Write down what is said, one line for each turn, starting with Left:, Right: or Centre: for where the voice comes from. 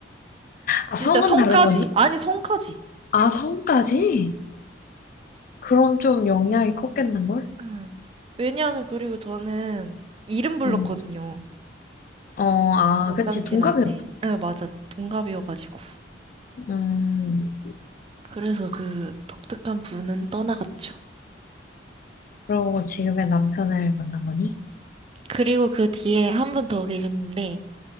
Left: 아, 성은
Right: 진짜 성까지.
Left: 다른 건지?
Right: 아니, 성까지.
Left: 아, 성까지? 그럼 좀 영향이 컸겠는걸?
Right: 응. 왜냐하면 그리고 저는 이름 불렀거든요.
Left: 응. 어, 아,
Right: 전
Left: 그치.
Right: 남친한테.
Left: 동갑이었지.
Right: 네, 맞아. 동갑이어가지고.
Left: 음,
Right: 그래서 그 독특한 분은 떠나갔죠.
Left: 그러고 지금의 남편을 만난 거니?
Right: 그리고 그 뒤에 한 분 더 계셨는데,